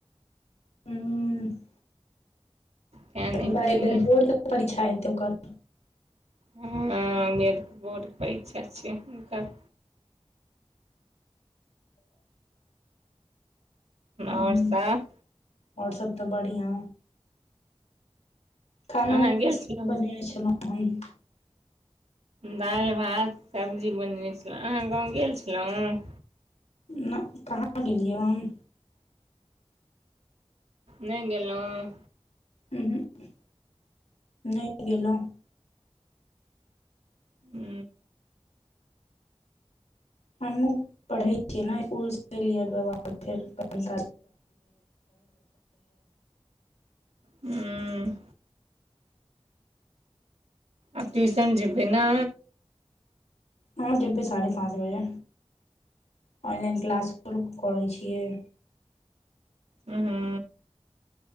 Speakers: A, on the left; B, on the right.
A: हूँ, हूँ।
B: तें नहि
A: अगिला
B: गेलियै
A: बेर बोर्ड परीक्षा हेतय ओकर।
B: हँ, अइ बेर बोर्ड परीक्षा छियै हुनकर।
A: ह
B: आओर सब
A: आओर सब तऽ बढ़िया। खाना
B: अहाँ
A: में कुछ
B: गेल छलहुँ
A: बनेने छलहुँ, हन।
B: दालि, भात, सब्जी बनेने छलहुँ, अहाँ गाँव गेल छलहुँ।
A: न्अ, कहाँ गेलियै हम।
B: नय गेलहुँ।
A: उहूं, नहि गेलहुँ।
B: हू।
A: हमहूं। पढ़ै छियै ने, इसकुलसँ एलियै तकर बाद फेर अपन।
B: हूं। आब ट्यूशन जेबै ने।
A: हाँ, जेबै साढ़े सात बजे, ऑनलाइन क्लास करै छियै।
B: हूं,